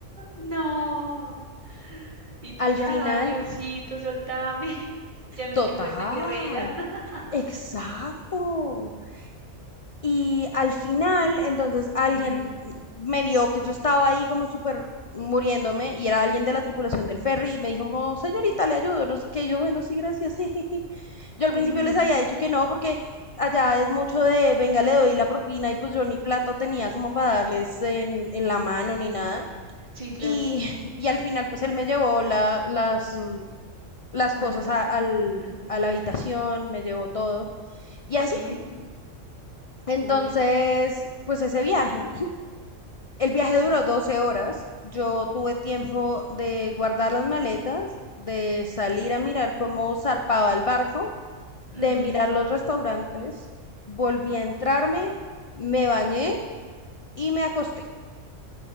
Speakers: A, on the right; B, on the left.
A: No. Y tú
B: Al
A: ya,
B: final,
A: Diosito, soltame. <laughs> Ya no
B: total,
A: quiero ser tan guerrera. <laughs>
B: exacto. Y al final, entonces alguien
A: Ujú,
B: me vio que yo estaba ahí como súper muriéndome y era alguien de la tripulación del ferry y me dijo como, señorita, le ayudo, no sé qué, yo, bueno, sí, gracias. <laughs> yo al
A: ujú.
B: principio les había dicho que no porque allá es mucho de, venga, le doy la propina y pues yo ni plata tenía como para darles en, en la mano ni nada.
A: Sí, claro.
B: Y, <laughs> y al final pues él me llevó la, las, mm, las
A: Maletas.
B: cosas a, al,
A: Ujú.
B: a la habitación, me llevó todo y así.
A: Ok.
B: Entonces,
A: Uf,
B: pues ese viaje El viaje
A: sí.
B: duró 12 horas. Yo tuve tiempo de guardar las maletas, de salir a mirar cómo zarpaba el barco, de
A: Ujú,
B: mirar los restaurantes. Volví a entrarme, me bañé y me acosté.